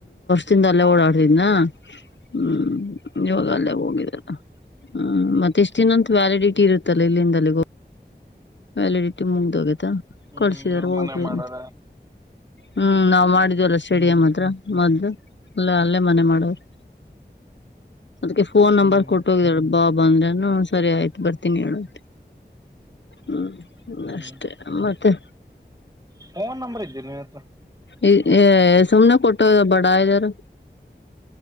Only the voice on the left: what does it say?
ತಿಂದ ಅಲ್ಲೇ ಓಡಾಡ್ತಿದ್ನಾ ಹ್ಮ್ ಇವಾಗ ಅಲ್ಲೇ ಹೋಗಿದಲ್ಲ ಹ ಮತ್ತೆ ಇಷ್ಟ ದಿನಂತ ವ್ಯಾಲಿಡಿಟಿ ಇರುತ್ತಲ್ಲ ಇಲ್ಲಿಂದಲ್ಲಿ ಹೋಗ ವ್ಯಾಲಿಡಿಟಿ ಮುಗ್ದೋಗೇತಾ
ಕಳ್ಸಿದಾರ ಹೋಗ್ರೀ
ಅಂತ ಹ್ಮ್ ನಾವ್ ಮಾಡಿದ್ವಲ್ಲ ಸ್ಟೇಡಿಯಂ
ಹತ್ರ ಮದ್ದು ಅಲ್ಲ ಅಲ್ಲೇ ಮನೆ ಮಾಡವರು ಅದಕ್ಕೆ ಫೋನ್
ನಂಬರ್ ಕೊಟ್ಟ ಹೋಗಿದ್ದಾಳೆ. ಬಾ ಬ ಅಂದ್ರನು ಸರಿ ಆಯ್ತು ಬರ್ತೀನಿ ಹೇಳಂತ ಹ್ಮ
ಅಷ್ಟೇ ಮತ್ತೆ
ಈ ಸುಮ್ನೆ ಕೊಟ್ಟ ಬಡ ಇದದಾರ